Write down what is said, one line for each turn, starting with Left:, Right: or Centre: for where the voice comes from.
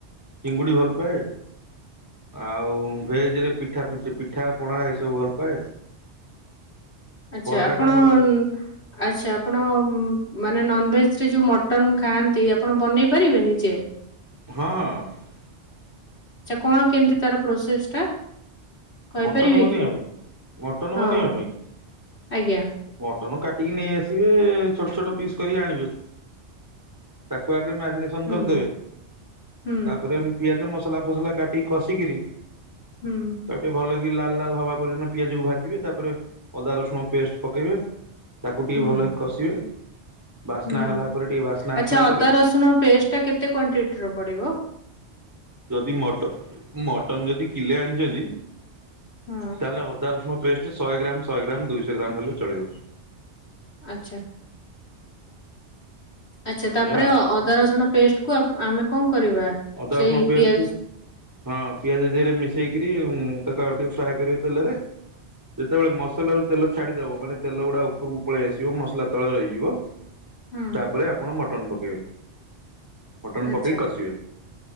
Right: ଚିଙ୍ଗୁଡ଼ି ଭଲ ପାଏ। ଆଉ ଭେଜ୍ ରେ ପି ପିଠା ପିଠି ପିଠା ପଣା ଏସବୁ ଭଲ ପାଏ।
Left: ଆଚ୍ଛା
Right: ପରଟା
Left: ଆପଣ
Right: ଟା ମୋର
Left: ଉଁ, ଆଚ୍ଛା ଆପଣ ଉଁ, ଉଁ ମାନେ ନନଭେଜ୍ ରେ ଯୋଉ ମଟନ୍ ଖାଆନ୍ତି ଆପଣ ବନେଇ ପାରିବେ ନିଜେ?
Right: ହଁ।
Left: ଆଚ୍ଛା କଣ କେମିତି ତାର ପ୍ରୋସେସ୍ ଟା? କହିପାରିବେ
Right: ମଟନ୍ ବନେଇବା
Left: କି?
Right: କୁ, ମଟନ୍
Left: ହଁ
Right: ବନେଇବା ପାଇଁ
Left: ଆଜ୍ଞା
Right: ଟନ କାଟିକି ନେଇ ଆସିବେ ଛୋଟ ଛୋଟ ପିସ୍ କରିକି ଆଣିବେ, ତାକୁ ଆ ଟିକେ ମାରିନେସନ
Left: ହୁଁ
Right: କରିଦେବେ
Left: ହୁଁ
Right: ତାପରେ ପିଆଜ ମସ ମସଲା ଫସଲା କାଟିକିରି
Left: ହୁଁ
Right: ତାକୁ ଟିକେ ଭଲକି ଲାଲ ଲାଲ୍ ହେବା ପର୍ଯ୍ୟନ୍ତ ପିଆଜକୁ ଭାଜିବେ ତାପରେ ଅଦା ରସୁଣ ପେଷ୍ଟ ପକେଇବେ ତାକୁ ଟିକେ
Left: ହୁଁ
Right: ଭଲକି କଷିବେ ବାସ୍ନା
Left: ହୁଁ
Right: ହେଲା ପରେ ଟିକେ ବାସ୍ନା ଆସିଲା
Left: ଆଚ୍ଛା
Right: ପରେ
Left: ଅଦା ରସୁଣ ପେଷ୍ଟ ଟା କେତେ କ୍ଵାଣ୍ଟିଟିର ପଡିବ
Right: ଯଦି ମଟ ମଟନ ଯଦି କିଲେ ଆଣିଛନ୍ତି।
Left: ହଁ
Right: ତାହେଲେ ଅଦା ରସୁଣ ପେଷ୍ଟ ଶହେ ଗ୍ରାମ ଶହେ ଗ୍ରାମ ଦୁଇ ଶହ ଗ୍ରାମ ହେଲେ ଚଳିବ
Left: ଆଛା ଆଚ୍ଛା ତାପରେ
Right: ଏଇଆ ଆଉ
Left: ଅଦା ରସୁଣ ପେଷ୍ଟ କୁଆ ଆମେ କଣ? କରିବା?
Right: ଅଦା
Left: ସେଇ
Right: ରସୁଣ ପେଷ୍ଟ
Left: ପିଆଜ
Right: କୁ ହଁ ପିଆଜ ଦେହେରେ ମିଶେ ଦେଇକିରି ତାକୁ ଆଉ ଟିକେ ଫ୍ରାଏ କରିବା ତେଲରେ ଯେତେବେଳେ ମସ ମସଲା ରେ ତେଲ ଛାଡ଼ିଦବ ମାନେ ତେଲ ଗୁଡା ଉପରକୁ ପଳେଇ ଆସିବ ମସଲା ତଳେ ରହିଯିବ।
Left: ହୁଁ
Right: ତାପରେ ଆପଣ ମଟ ମଟନ ପକେଇବେ ମଟନ
Left: ଆଚ୍ଛା
Right: ପକେଇ କଷିବେ